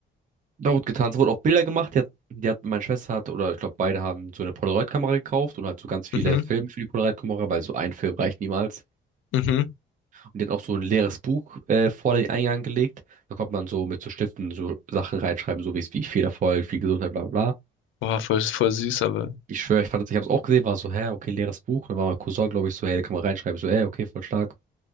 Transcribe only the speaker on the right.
da wurde getan. Es wurden auch Bilder gemacht. Die hat, die hat, meine Schwester hat, oder ich glaube beide haben so eine Polaroid-Kamera gekauft und halt so ganz viele
Filme für die Polaroid-Kamera, weil so ein Film reicht niemals.
Und die hat auch so ein leeres Buch äh, vor den Eingang gelegt. Da konnte man so mit so Stiften so Sachen reinschreiben, so wie es wie ich viel Erfolg, viel Gesundheit, bla bla bla.
Ich schwöre, ich fand das, ich habe es auch gesehen, war so, hä, okay, leeres Buch. Und dann war mein Cousin, glaube ich, so, hey, da kann man reinschreiben. Ich So, hey, okay, voll stark.